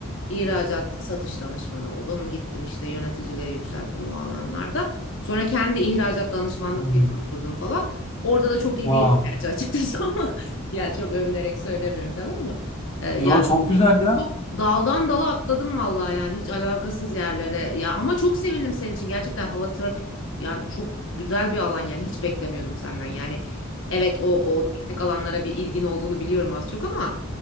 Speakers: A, on the left; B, on the left.
A: İhracat satış danışmanı oldum. Gittim işte yöneticiliğe yükselttim o alanlarda. Sonra kendi ihracat danışmanlık
B: Hmm,
A: firmamı kurdum falan. Orada da çok iyi
B: Vay.
A: değildi gerçi açıkçası ama <laughs> ya çok övünerek söylemiyorum tabii ama e, ya
B: Ya çok güzel ya.
A: çok daldan dala atladım vallahi yani hiç alakasız yerlere. Ya ama çok sevindim senin için. Gerçekten hava trafik yani çok güzel bir alan yani hiç beklemiyordum senden. Yani evet o o teknik alanlara bir ilgin olduğunu biliyorum az çok ama